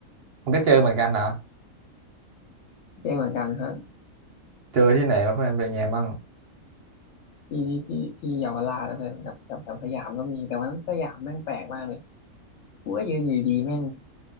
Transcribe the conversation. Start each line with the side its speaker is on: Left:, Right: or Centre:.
Right: มันก็เจอเหมือนกันเหรอ
Left: เจอเหมือนกันครับ
Right: เจอที่ไหนวะเพื่อนเป็นไงบ้าง
Left: ที่ที่ที่เยาวราชแล้วเพื่อนกับกับแถวสยามก็มีแต่วันนั้นสยามแม่งแปลกมากเลยกูก็ยืนอยู่ดีแม่ง